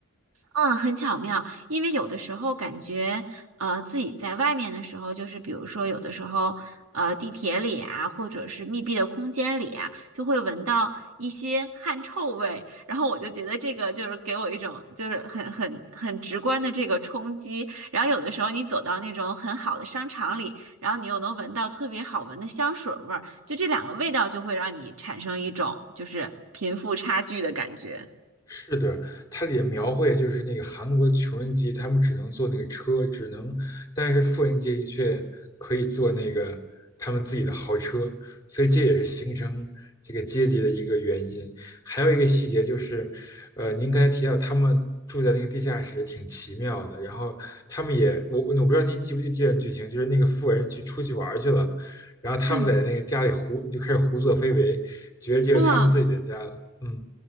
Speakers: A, on the right; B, on the left.
A: 嗯，很巧妙，因为有的时候感觉，呃，自己在外面的时候，就是比如说有的时候，呃，地铁里啊，或者是密闭的空间里啊，就会闻到一些汗臭味，然后我就觉得这个就是给我一种就是很很很直观的这个冲击。然后有的时候你走到那种很好的商场里，然后你又能闻到特别好闻的香水味儿，就这两个味道就会让你产生一种就是贫富差距的感觉。
B: 是的，它也描绘就是那个韩国穷人阶级，他们只能坐那个车，只能，但是富人阶级却可以坐那个他们自己的豪车，所以这也是形成这个阶级的一个原因。还有一个细节就是，呃，您刚才提到他们住在那个地下室挺奇妙的，然后他们也，我我不知道您记不记得这段剧情，就是那个富人去出去玩儿去了，然后他们在那个家里胡就开始胡作非为，
A: 嗯，
B: 觉得这是他们自己的家了，
A: 嗯，
B: 嗯